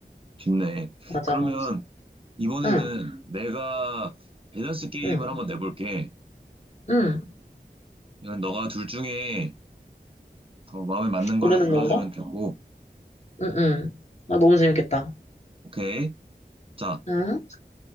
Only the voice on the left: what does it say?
맞아,
맞아.
응,
응,
응.
고르는
건가?
응, 응. 아, 너무 재밌겠다.
응?